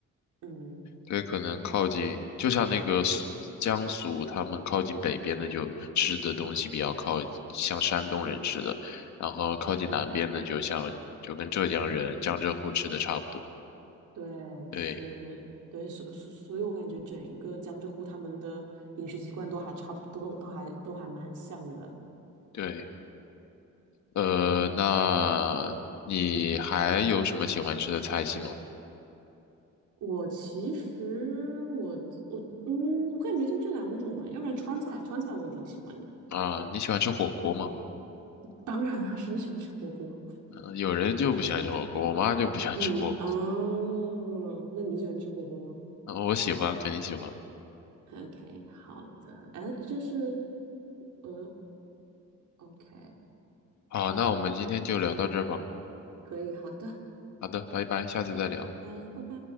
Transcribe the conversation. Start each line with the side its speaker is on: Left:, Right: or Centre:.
Right: 嗯，
Left: 对，可能靠近，就像那个苏江苏，他们靠近北边的就吃的东西比较靠像山东人吃的，然后靠近南边的就像就跟浙江人、江浙沪吃的差不多。
Right: 对，
Left: 对
Right: 是，对，所所所以，我感觉整个江浙沪他们的饮食习惯都还差不多，都还都还蛮像的。
Left: 对，呃，那你还有什么喜欢吃的菜系吗？
Right: 我其实我我嗯，我感觉就这两种吧，要不然川菜，川菜我也挺喜欢的。
Left: 啊，你喜欢吃火锅吗？
Right: 当然了，谁不喜欢吃火锅？
Left: 呃有人就不喜欢吃火锅，我妈就不喜欢吃火锅。
Right: 你哦，那你喜欢吃火锅吗
Left: <laughs> 啊我喜欢，肯定喜欢。
Right: ？OK，好的，哎，这是呃，OK，
Left: 好，那我们今天就聊到这儿吧。
Right: 可以，好的，
Left: 好的，拜拜，下次再聊。
Right: 啊，拜拜。